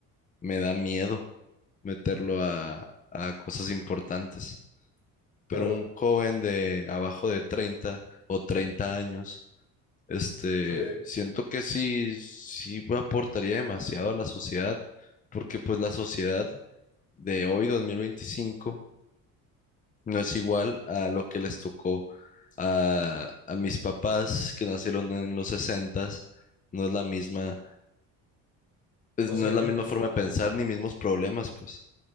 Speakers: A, on the left; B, on the left.
A: me da miedo meterlo a, a cosas importantes. Pero
B: Claro,
A: un joven de abajo de 30 o 30 años este,
B: sí.
A: siento que sí, sí aportaría demasiado a la sociedad, porque pues la sociedad de hoy, dos mil veinticinco no es igual a lo que les tocó a, a mis papás que nacieron en los sesentas no es la misma, pues,
B: O
A: no
B: sea
A: es la
B: que
A: misma
B: tú,
A: forma de pensar ni mismos problemas, pues.